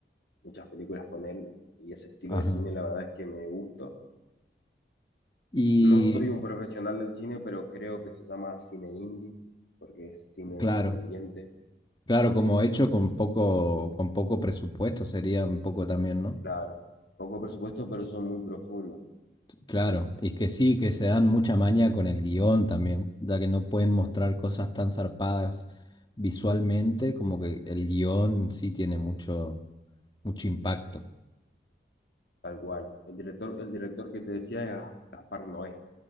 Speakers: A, on the left; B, on the left.
A: muchas películas con él y ese estilo
B: Ajá.
A: de cine la verdad es que me gusta.
B: Y
A: No soy un profesional del cine, pero creo que se llama cine indie porque es cine
B: claro.
A: independiente.
B: Claro, como hecho con poco, con poco presupuesto sería un poco también, ¿no?
A: Claro, poco presupuesto, pero son muy profundos,
B: Claro, y que sí, que se dan mucha maña con el guión también, ya que no pueden mostrar cosas tan zarpadas visualmente, como que el guión sí tiene mucho, mucho impacto.
A: tal cual. El director, el director que te decía es Gaspar Noé.